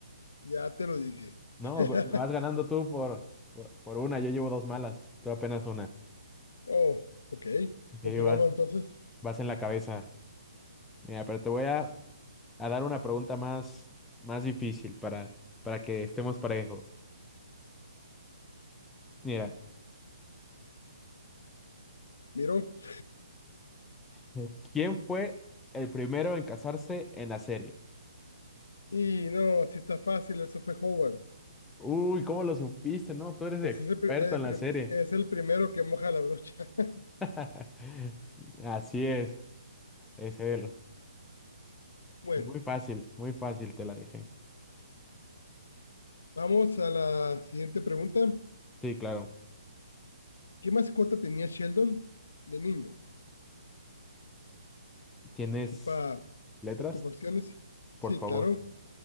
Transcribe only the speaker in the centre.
No,
va- vas ganando tú por, por, por una. Yo llevo dos malas. Tú apenas una.
Sí,
vas,
vas en la cabeza. Mira, pero te voy a, a dar una pregunta más, más difícil para, para que estemos parejos. Mira,
eh, ¿quién fue el primero en casarse en la serie?
Uy, ¿cómo lo supiste? No, tú eres
experto
en la
serie.
<laughs> Así es, es él.
Muy fácil, muy fácil te la dejé.
Sí, claro.
¿Tienes
letras?
Por favor.